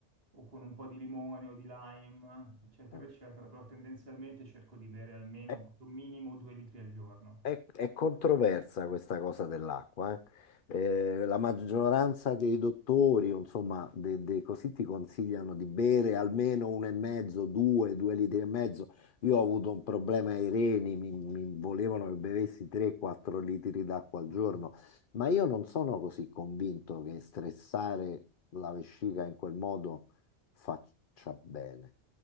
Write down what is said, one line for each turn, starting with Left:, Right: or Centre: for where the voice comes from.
Right: o con un po' di limone o di lime, eccetera,
Left: mm.
Right: eccetera, però tendenzialmente cerco di bere almeno
Left: eh,
Right: proprio minimo 2 litri al giorno.
Left: È, è controversa questa cosa dell'acqua, eh. Eh, la maggioranza dei dottori, o insomma, de- dei così ti consigliano di bere almeno uno e mezzo, due, due litri e mezzo. Io ho avuto un problema ai reni, mi, mi volevano che bevessi 3-4 litri d'acqua al
Right: Urca.
Left: giorno, ma io non sono così convinto che stressare la vescica in quel modo faccia bene.